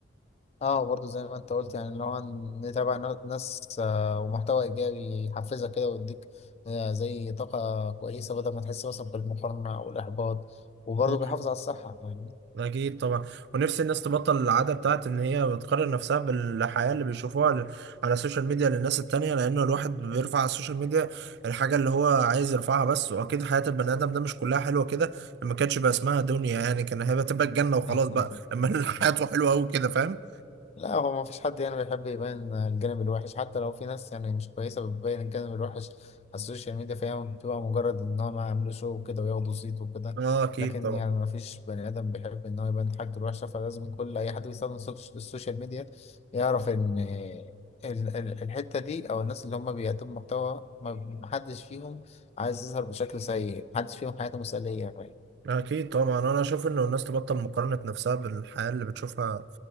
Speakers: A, on the left (about 35°); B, on the right (about 55°).
A: اه برضو زي ما انت قلت يعني اللي هو نتابع نا- ناس آه، ومحتوى ايجابي يحفزك كده ويديك آه، زي طاقة كويسة بدل ما تحس مثلا بالمقارنة او الاحباط وبرضو
B: فاهم
A: بيحافظ على الصحة فاهمني
B: أكيد طبعا ونفسي الناس تبطل العادة بتاعت إن هي بتقارن نفسها بالحياة اللي بيشوفوها ل- على السوشيال ميديا للناس التانية لأنه الواحد بيرفع على السوشيال ميديا الحاجة اللي هو عايز يرفعها بس وأكيد حياة البني آدم ده مش كلها حلوة كده ما كانتش بقى اسمها دنيا يعني كان هيبقى تبقى الجنة وخلاص
A: <laughs>
B: بقى أما <laughs> حياته حلوة أوي كده فاهم؟
A: لا هو ما فيش حد يعني بيحب يبين الجانب الوحش حتى لو في ناس يعني مش كويسة بتبين الجانب الوحش على السوشيال ميديا فهي بتبقى مجرد ان هم يعملوا شو وكده وياخدوا صيت وكده
B: أه أكيد
A: لكن
B: طبعا
A: يعني ما فيش بني ادم بيحب ان هو يبين حاجته الوحشة فلازم كل اي حد بيستخدم السوش- السوشيال ميديا يعرف ان ال- ال- الحتة دي او الناس اللي هم بيقدموا محتوى ما ما حدش فيهم عايز يظهر بشكل سيء محدش فيهم حياته مثالية
B: أكيد طبعا أنا أشوف إنه الناس تبطل مقارنة نفسها بالحياة اللي بتشوفها